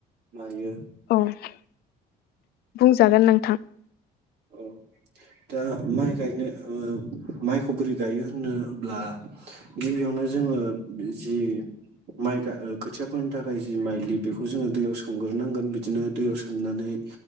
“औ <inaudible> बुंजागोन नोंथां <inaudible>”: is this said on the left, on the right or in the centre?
Left